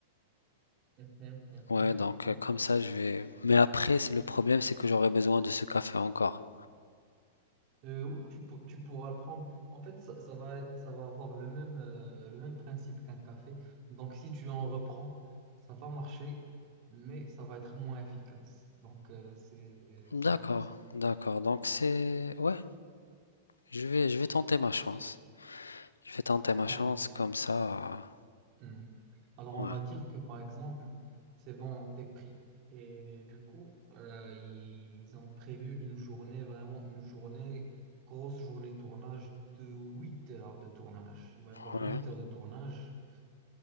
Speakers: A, on the right (about 45°); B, on the left (about 85°).
A: Mhm, mhm,
B: Ouais, donc
A: mhm.
B: euh, comme ça, je vais. Mais après, c'est le problème, c'est que j'aurai besoin de ce café encore.
A: Euh, oui, tu, pour- tu pourras le prendre. En fait, ça, ça va, être- ça va avoir le même, euh, le même principe qu'un café. Donc, si tu en reprends, ça va marcher, mais ça va être moins efficace. Donc, euh, c'est,
B: D'accord,
A: c'est un peu ça.
B: d'accord. Donc c'est. Ouais, je vais, je vais tenter ma chance. Je vais tenter ma
A: Alors.
B: chance comme ça.
A: Hmm. Alors, on
B: euh, Ouais,
A: va dire que par exemple, c'est bon, t'es pris. Et du coup, euh, ils ont prévu une journée, vraiment une journée, grosse journée de tournage de 8 heures de tournage. Il va y avoir
B: ouais.
A: 8 heures de tournage.